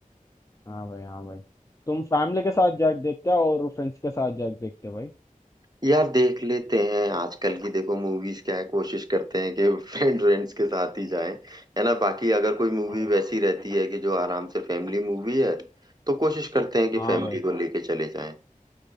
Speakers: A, on the left; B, on the right.
A: हाँ भाई हाँ भाई तुम फैमिली के साथ जाके देखते हो और फ्रेंड्स के साथ जाके देखते हो भाई
B: यार देख लेते हैं आजकल की देखो मूवीज क्या है कोशिश करते हैं कि <laughs> फ्रेंड फ्रेंड्स के साथ ही जाएं है ना बाकी अगर कोई मूवी
A: हाँ भाई
B: वैसी रहती है कि जो आराम से फैमिली मूवी है तो कोशिश करते हैं कि
A: हाँ
B: फैमिली
A: भाई
B: को लेके चले जाएं